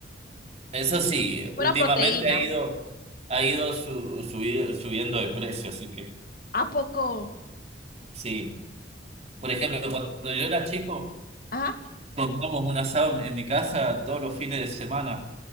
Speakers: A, on the right (about 35°); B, on the left (about 45°).
A: eso sí,
B: Pura
A: últimamente
B: proteína.
A: ha ido, ha ido su- subi- subiendo de precio, así que
B: ¿A poco?
A: sí. Por ejemplo, cuando yo era chico,
B: Ajá.
A: comíamos un asado en en mi casa todos los fines de semana.